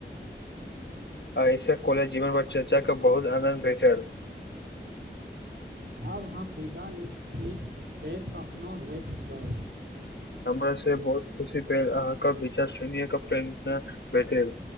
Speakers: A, on the left; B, on the right.
A: एहिसे कॉलेज जीवन पर चर्चा को केँ बहुत आनद भेटल
B: आब हम विदा लैत छी फेर कखनोहु भेटबै
A: हमरा से बहुत खुशी भेल अहाँके विचार शेनिय क प्रेम भेटल